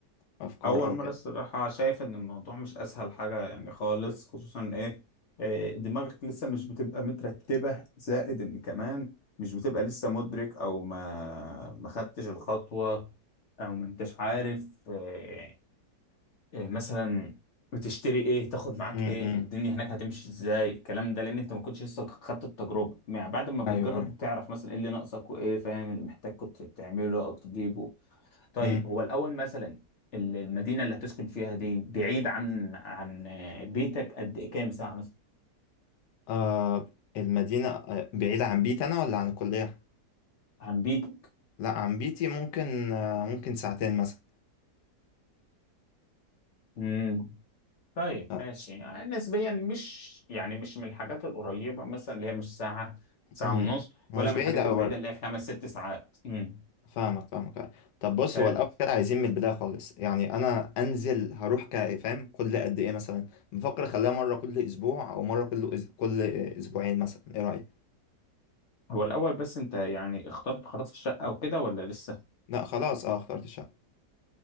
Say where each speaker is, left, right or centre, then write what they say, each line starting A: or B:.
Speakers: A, on the left; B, on the left.
A: افكار
B: اول
A: او
B: مره
A: كده
B: الصراحه شايف ان الموضوع مش اسهل حاجه يعني خالص خصوصا ايه إيه، دماغك لسه مش بتبقى مترتبه زائد ان كمان مش بتبقى لسه مدرك او ما ما خدتش الخطوه او ما انتش عارف آه، إيه مثلا بتشتري ايه تاخد معاك
A: امم
B: ايه الدنيا هناك هتمشي ازاي الكلام ده لان انت ما كنتش لسه خدت التجربه مع بعد ما بتجرب
A: ايوه
B: بتعرف مثلا ايه اللي ناقصك وايه فاهم اللي محتاج كنت تعمله او تجيبه طيب
A: ايوه
B: هو الاول مثلا ال- المدينه اللي هتسكن فيها دي بعيد عن عن بيتك قد ايه كام ساعه مثلا
A: آه المدينة آه بعيدة عن بيتي أنا ولا عن الكلية؟
B: عن بيتك
A: لا عن بيتي ممكن آه ممكن ساعتين مثلا
B: امم طيب
A: آه
B: ماشي يعني نسبيا مش يعني مش من الحاجات القريبه مثلا اللي هي مش ساعه ساعه
A: مم.
B: ونص
A: هو
B: ولا
A: مش
B: من
A: بعيدة
B: الحاجات
A: أوي
B: البعيده
A: برضه
B: اللي هي خمس ست ساعات امم
A: فاهمك فاهمك آه. طب بص
B: حلو
A: هو الأول كده عايزين من البداية خالص يعني أنا أنزل هروح ك- فاهم كل قد إيه مثلا بفكر أخليها مرة كل أسبوع أو مرة كل أس... كل أسبوعين مثلا إيه رأيك؟
B: هو الأول بس أنت يعني اخترت خلاص الشقة وكده ولا لسه؟
A: لا خلاص أه اخترت الشقة